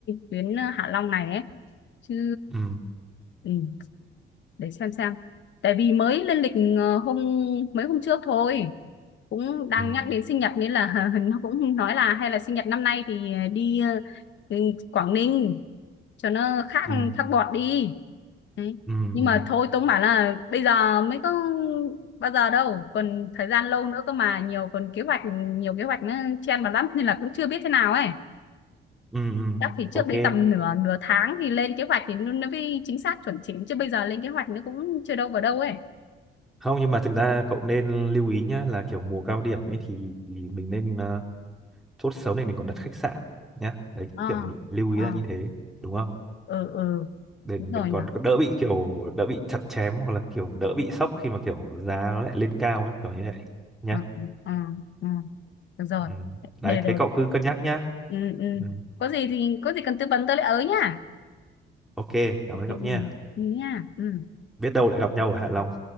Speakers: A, on the left; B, in the centre.
A: tuyến ờ, Hạ Long này ấy chứ
B: Ừ
A: ừ, để xem xem tại vì mới lên lịch ờ, hôm mấy hôm trước thôi cũng đang
B: ừ
A: nhắc đến sinh nhật nên là <laughs> nó cũng nói là hay là sinh nhật năm nay thì đi ờ, ừ, Quảng Ninh cho nó khác
B: ừ
A: khác bọt đi Đấy.
B: ừ
A: nhưng
B: ừ
A: mà thôi tôi cũng bảo là bây giờ mới có bao giờ đâu còn thời gian lâu nữa cơ mà nhiều còn kế hoạch nhiều kế hoạch nó chen vào lắm nên là cũng chưa biết thế nào ấy
B: ừ ừ.
A: chắc thì trước
B: ok.
A: đấy tầm nửa nửa tháng thì lên kế hoạch thì nó nó mới chính xác chuẩn chỉnh chứ bây giờ lên kế hoạch nó cũng chưa đâu vào đâu ấy
B: Không nhưng mà thực ra cậu nên lưu ý nhá là kiểu mùa cao điểm ấy thì thì mình nên ờ, chốt sớm này mình còn đặt khách sạn nhá. Đấy
A: ờ
B: kiểu mình lưu
A: ờ
B: ý là như thế đúng không?
A: ừ ừ
B: Để mình
A: đúng rồi
B: còn
A: nhỉ
B: đỡ bị kiểu đỡ bị chặt chém hoặc là kiểu đỡ bị sốc khi mà kiểu giá nó lại lên cao ấy kiểu như vậy nhá
A: ừ ừ ừ ừ. được rồi
B: Ừ. Đấy,
A: để
B: thế
A: rồi
B: cậu cứ cân nhắc nhá.
A: ừ ừ
B: Ừ.
A: có gì thì có gì cần tư vấn tôi lại ở nhá
B: Ok, cảm
A: ừ
B: ơn
A: ừ
B: cậu nha.
A: ừ nha ừ
B: Biết đâu lại gặp nhau ở Hạ Long.